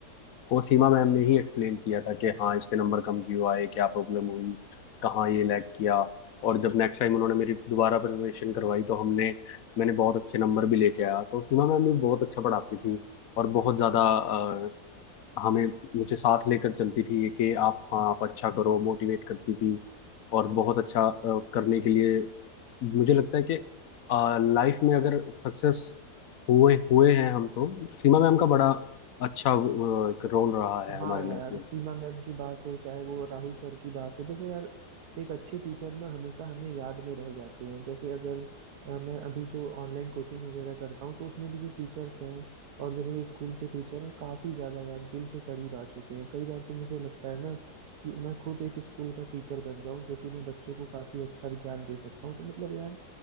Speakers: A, on the left; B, on the right.
A: कोसीमा मैम ने ही एक्सप्लेन किया था कि हाँ इसके नंबर कम क्यों आए क्या प्रॉब्लम हुई कहाँ ये लैग किया और जब नेक्स्ट टाइम उन्होंने मेरी दोबारा प्रिपरेशन करवाई तो हमने मैंने बहुत अच्छे नंबर भी लेके आया तो सीमा मैम भी बहुत अच्छा पढ़ाती थी और बहुत ज़्यादा अ, हमें मुझे साथ लेकर चलती थी ये कि आप हाँ आप अच्छा करो मोटिवेट करती थी और बहुत अच्छा अ, करने के लिए मुझे लगता है कि लाइफ में अगर सक्सेस हुए हुए हैं हम तो सीमा मैम का बड़ा अच्छा अ, एक रोल रहा
B: हाँ
A: है हमारे
B: यार
A: लाइफ में
B: सीमा मैम की बात हो चाहे वो राहुल सर की बात हो देखो यार एक अच्छे टीचर ना हमेशा हमें याद में रह जाते हैं जैसे अगर अ, मैं अभी जो ऑनलाइन कोचिंग वगैरह करता हूँ तो उसमें भी जो टीचर्स हैं और जो मेरे स्कूल के टीचर हैं काफी ज्यादा यार दिल के करीब आ चुके हैं कई बार तो मुझे लगता है ना कि मैं खुद एक स्कूल का टीचर बन जाऊँ जो कि मैं बच्चों को काफी अच्छा ज्ञान दे सकता हूँ तो मतलब यार